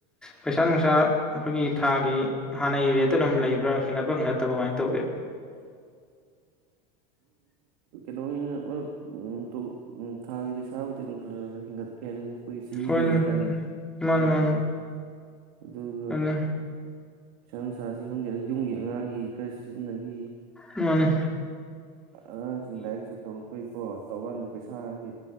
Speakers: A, in the centre; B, on the right (about 75°).
A: ꯄꯩꯁꯥ ꯅꯨꯡꯁꯥ ꯑꯈꯣꯏꯒꯤ ꯊꯥꯒꯤ ꯍꯥꯟꯅꯒꯤ ꯔꯦꯠꯇ ꯑꯗꯨꯝ ꯂꯩꯕ꯭ꯔꯥ ꯍꯦꯟꯒꯠꯄ ꯍꯦꯟꯒꯠꯇꯕ ꯀꯃꯥꯏꯅ ꯇꯧꯒꯦ
B: <unintelligible> <unintelligible> <unintelligible> ꯊꯥꯒꯤ ꯄꯩꯁꯥꯕꯨꯗꯤ ꯑꯗꯨꯝ ꯈꯔ ꯈꯔ ꯍꯦꯟꯒꯠ
A: ꯍꯣꯏꯅꯦ ꯃꯥꯅꯤ ꯃꯥꯅꯤ
B: <unintelligible> <unintelligible> ꯑꯗꯨꯒ
A: ꯑꯗꯨꯅꯤ
B: ꯄꯩꯁꯥ ꯅꯨꯡꯁꯥꯁꯤ ꯍꯪꯖꯔ ꯌꯨꯝꯒꯤ ꯑꯉꯥꯡꯒꯤ ꯈꯔ ꯁꯤꯖꯤꯟꯅꯈꯤ
A: ꯃꯥꯅꯦ
B: ꯑꯉꯥꯡꯁꯤꯡ ꯂꯥꯏꯔꯤꯛꯁꯨ ꯇꯝꯃꯛꯛꯇꯨꯏꯀꯣ ꯇꯧꯕꯥꯅꯗ ꯄꯩꯁꯥ ꯍ ꯍ